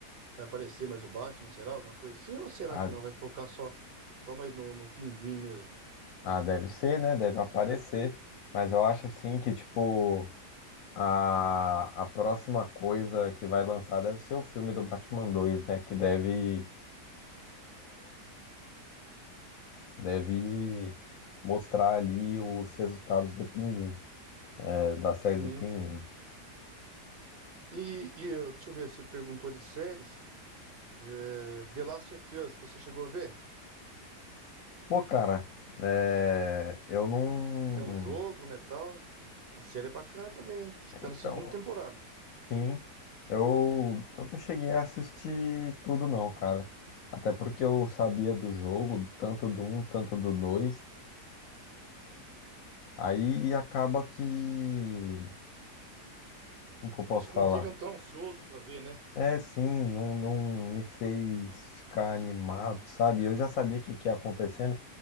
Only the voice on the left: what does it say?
Ah,
ah, deve ser, né? Deve aparecer. Mas eu acho assim que, tipo, a, a próxima coisa que vai lançar deve ser o filme do Batman 2, né? Que deve Deve mostrar ali os resultados do Pinguim, é, da série
do Pinguim.
Pô, cara, é, eu não.
Então,
sim, eu, eu não cheguei a assistir tudo, não, cara. Até porque eu sabia do jogo, tanto do um tanto do dois Aí acaba que. Como que eu posso
falar?
É, sim, não, não me fez ficar animado, sabe? Eu já sabia o que, que ia acontecer,